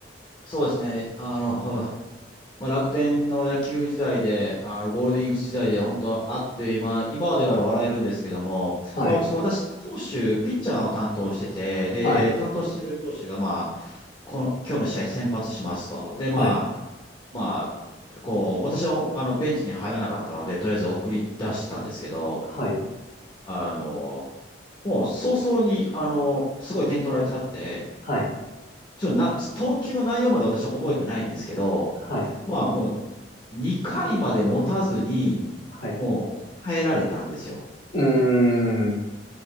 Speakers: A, on the left (about 25°); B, on the left (about 45°).
A: そうですね。あの、<laughs> まあ、楽天の野球時代で、あの、ゴールデンイーグルス時代で本当はあって、今、今までは笑えるんですけども、
B: はい、
A: まあ、ちょっと私、投手、ピッチャーを担当してて、で、
B: はい、
A: 担当してる投手が、まこの、今日の試合先発しますと。で、
B: はい、
A: まあ、まあ、こう、私は、あの、ベンチに入らなかったので、とりあえず送り出したんですけど、
B: はい、
A: あの、もう早々に、あの、すごい点取られちゃって、
B: はい、
A: ちょっとな、投球の内容まで私は覚えてないんですけど、
B: はい、
A: まあもう2回まで持たずに、
B: はい。
A: もう変えられたんですよ。
B: うーん、